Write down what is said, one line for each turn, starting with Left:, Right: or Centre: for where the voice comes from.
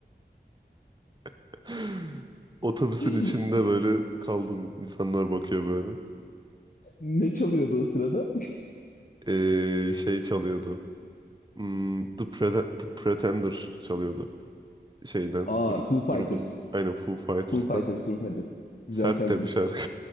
Right: <laughs> Otobüsün
Left: <laughs>
Right: içinde böyle kaldım. İnsanlar bakıyor böyle.
Left: Ne çalıyordu o sırada?
Right: E, şey çalıyordu. Hmm, The Prete- Pretender çalıyordu. Şeyden,
Left: Aa
Right: gru-
Left: Foo Fighters.
Right: grubun aynen Foo Fighters'tan.
Left: Foo Fighters, Foo Fighters. Güzel
Right: Sert
Left: şarkıdır.
Right: de bir şarkı.